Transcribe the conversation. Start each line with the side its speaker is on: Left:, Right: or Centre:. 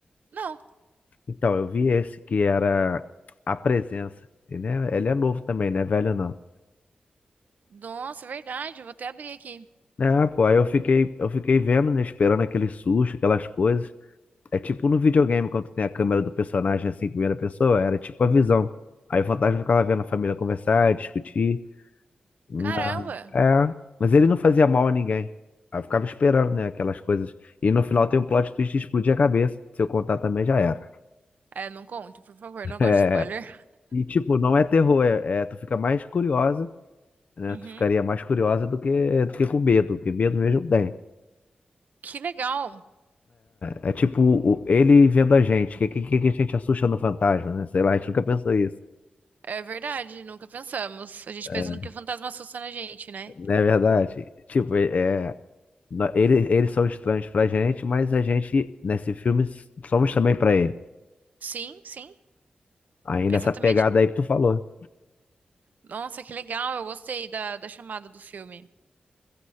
Right: Não,
Left: Então, eu vi esse que era a presença. E, né, ele é novo também, não é velho não.
Right: nossa, é verdade, eu vou até abrir aqui.
Left: É, pô, aí eu fiquei, eu fiquei vendo, né, esperando aquele susto, aquelas coisas. É tipo no videogame, quando tem a câmera do personagem assim, em primeira pessoa, era tipo a visão. Aí o fantasma ficava vendo a família conversar, discutir. Ma-
Right: Caramba!
Left: É, mas ele não fazia mal a ninguém. Aí eu ficava esperando, né, aquelas coisas. E no final tem um plot twist de explodir a cabeça. Se eu contar também já era.
Right: É, não conto, por favor, não gosto
Left: É,
Right: de spoiler.
Left: e tipo, não é terror, é, é- tu fica mais curiosa, né?
Right: Uhum.
Left: Tu ficaria mais curiosa do que do que com medo, porque medo mesmo tem.
Right: Que legal!
Left: É, é tipo o- ele vendo a gente, que, que, que a gente assusta no fantasma, né? Sei lá, a gente nunca pensou isso,
Right: É verdade, nunca pensamos. A gente
Left: É,
Right: pensa no que o fantasma assusta na gente, né?
Left: não é verdade? Tipo, é, é, nó- ele, eles são estranhos pra gente, mas a gente, nesse filme, somos também pra ele.
Right: Sim, sim,
Left: Aí
Right: exatamente.
Left: nessa pegada aí que tu falou.
Right: Nossa, que legal, eu gostei da, da chamada do filme.